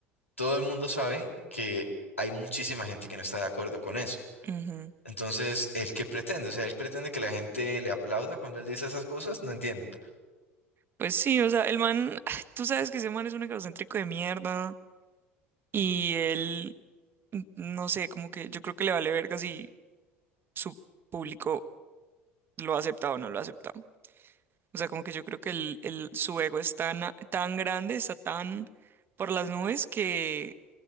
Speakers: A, on the left; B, on the right.
A: Todo el mundo sabe que hay muchísima gente que no está de acuerdo con eso.
B: Ujú.
A: Entonces, ¿el que pretende? O sea, ¿él pretende que la gente le aplauda cuando él dice esas cosas? No entiendo.
B: Pues sí, o sea, el man, <sighs> tú sabes que ese man es un egocéntrico de mierda y él, n- no sé, como que yo creo que le vale verga si su público lo ha aceptado o no lo ha aceptado. O sea, como que yo creo que el, el- su ego es tan, a- tan grande, está tan por las nubes que